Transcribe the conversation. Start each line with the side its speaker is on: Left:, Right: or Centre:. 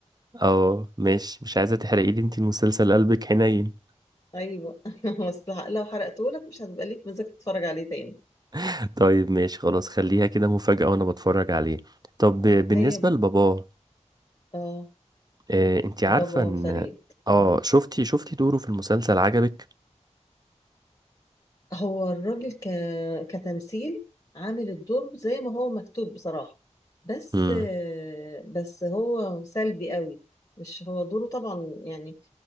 Right: اه ماشي مش عايزة تحرقي لي انت المسلسل قلبك حنين
Left: ايوه <laughs> بس لو حرقته لك مش هتبقى ليك مزاج تتفرج عليه تاني
Right: <laughs> طيب ماشي خلاص خليها كده مفاجأة وانا بتفرج عليه طب
Left: اه
Right: بالنسبة
Left: هي ب...
Right: لباباه
Left: اه
Right: آه انت عارفة
Left: بابا
Right: ان
Left: فريد
Right: اه
Left: مم.
Right: شفتي شفتي دوره في المسلسل عجبك
Left: هو الراجل ك... كتمثيل عامل الدور زي ما هو مكتوب بصراحة بس
Right: امم
Left: بس هو سلبي قوي مش هو دوره طبعا يعني